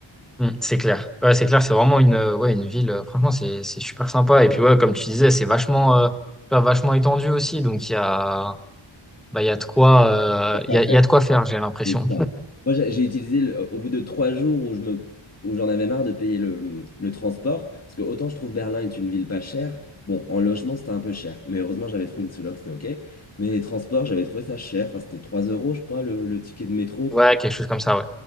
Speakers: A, in the centre; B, on the left (about 30°).
A: mm, c'est clair. Ouais, c'est clair, c'est vraiment une, euh, ouais, une ville, euh, franchement, c'est, c'est super sympa. Et puis, ouais, comme tu disais, c'est vachement, euh, pas vachement étendu aussi. Donc, il y a, bah, il y a de quoi, euh,
B: Y a quoi
A: il y a,
B: faire,
A: il y a de quoi faire, j'ai l'impression.
B: c'est ça. Moi, j'ai j'ai utilisé, le- au bout de trois jours où je me, où j'en avais marre de payer le, le transport, parce que autant je trouve Berlin est une ville pas chère, bon, en logement, c'était un peu cher, mais heureusement, j'avais trouvé une sous-loc, c'était OK, mais les transports, j'avais trouvé ça cher, enfin, c'était 3 euros, je crois, le, le ticket de métro.
A: Ouais, quelque chose comme ça, ouais.